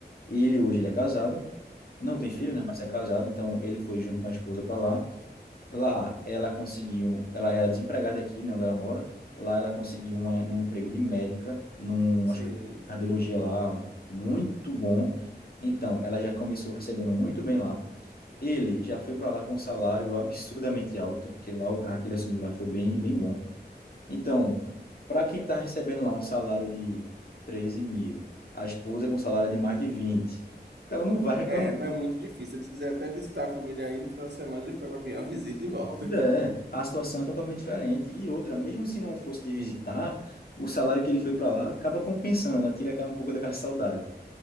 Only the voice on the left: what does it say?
ele hoje ele é casado, não tem
filho, né, mas é casado, então ele foi junto com a esposa para lá, Lá ela conseguiu, ela era desempregada aqui, né, onde ela mora. Lá ela conseguiu uma, um emprego de médica num
hospital de cardiologia lá muito bom. Então, ela já começou recebendo muito bem lá. Ele já foi para lá com um salário absurdamente alto, que lá o carro que ele assumiu lá foi bem, bem bom. Então, para quem está recebendo lá um salário de 13 mil, a esposa com um salário de mais de vinte então não vai reclamar
Pois é, a situação é totalmente diferente. E outra, mesmo se não fosse de visitar, o salário que ele foi para lá acaba compensando, né? Tira aquela- um pouco daquela <laughs> saudade.